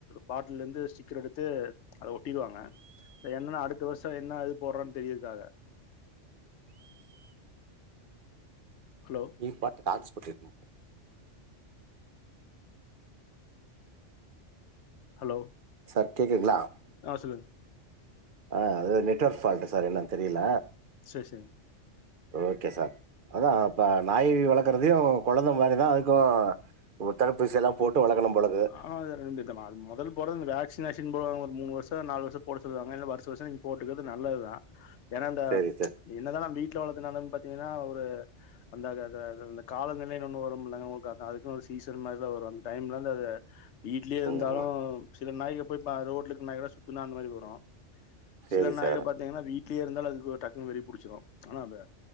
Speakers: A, on the left (about 70°); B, on the right (about 50°).
A: பாட்டலருந்து ஸ்டிக்கர் எடுத் து அத ஒட்டிருவாங்க என்னனா அடுத்த வருஷ என்னா இது போட்றன் தெரியர்துக்காக ஹலோ
B: நீ பாத்துக்கு ஹாட் ஸ்பாட்டு <unintelligible>
A: ஹலோ
B: சார் கேக்குதுங்ளா
A: ஆ சொல்லுங்க
B: ஆ அது நெட்ஒர்க் ஃபால்ட் சார் என்னன் தெரில
A: செர் செரிங்க
B: ஓகே சார் அதா அப்ப நாய் வளர்க்கறதையு கொழந்த மாரிதா அதுக்கு ஒரு தடுப்பூசில்லா‌ போட்டு வளக்கனும் போலக்கு
A: ஆ இதில் ரெண்டு இதுமா மொதல் பொறந்து வேக்ஷீனேஷன் போடுவாங்க ஒரு மூனு வருஷ நாலு வருஷ போட சொல்லுவாங்க இல்ல வருஷ வருஷ நீங்க போட்டுக்கறது நல்லதுதா ஏன்னா இந்த
B: சரி சார்
A: என்னதா நா வீட்ல வளத்துனாலு பாத்தீங்கன்னா ஒரு வந்த க இது இந்த காலநிலைன்னு ஒன்னு வரும் இல்லங்க உங்களுக்கு அதா அதுக்குன் ஒரு சீசன் மாரிதா வரு டைம்லருந்து அதுவீட்லியே இருந்தாலு
B: ம்
A: சில நாய்க போய் ப்பா ரோட்ல இருக்கற நாய்கூட சுத்னா அந்த மாரி வரு
B: சரி
A: சில நாய்க
B: சார்
A: பாத் திங்கன்னா வீட்லியே இருந்தாலு அதுக்க ஒரு டக்குன்னு வெறி புடிச்சிடு ஆனா வெ